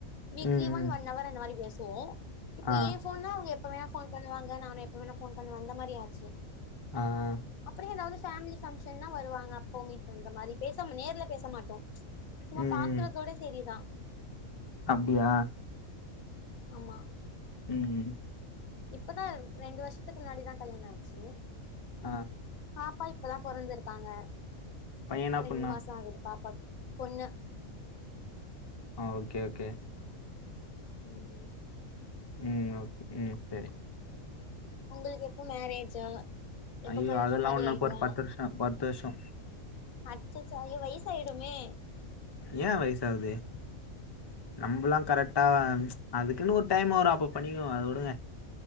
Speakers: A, on the left (about 85°); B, on the left (about 25°).
A: வீக்லி
B: ம்
A: ஒன்
B: ம்
A: ஒன்னவர் அந்த மாரி பேசுவோ இப்ப
B: ஆ
A: ஏ ஃபோன்னா அவுங்க எப்ப வேண போன் பண்ணுவாங்க நானு எப்ப வேண போன் பண்ணுவ அந்த மாரி ஆச்சு
B: ஆ ஆ
A: அப்புற ஏதாவது பேமிலி பங்ஷன்னா வருவாங்க அப்பவு மீட் பண்ற மாரி பேசம் நேர்ல பேச மாட்டோ சும்மா
B: ம்
A: பாக்குறதோட
B: ம்
A: செரிதா
B: அப்டியா
A: ஆமா
B: ம்
A: இப்பதா ரெண்டு வருஷத்துக்கு முன்னாடி தா கல்யாண ஆச்சு
B: ஆ
A: பாப்பா இப்பதா பொறந்திருக்காங்க
B: பைய என்ன
A: ரெண்டு
B: பண்ணா
A: மாச ஆகுது பாப்பா பொண்ணு
B: ஓ ஓகே ஓகே
A: ம்
B: ம் ஓகே ம் செரி
A: உங்குளுக்கு எப்போ மேரேஜூ எப்ப
B: ஐயோ
A: பண்ற
B: அதெல்லா
A: மாரி
B: ஒன்னு
A: ஐடியா
B: இப்ப ஒரு பத்து வருஷோ பத்து வருஷோ
A: அச்சசோ <inaudible> வய்சு ஆயிடுமே
B: ஏ வய்சு ஆவூது நம்பலா கரெக்ட் அதுக்குன் ஒரு டைம் வரு அப்போ பண்ணிக்கிலா அத வடுங்க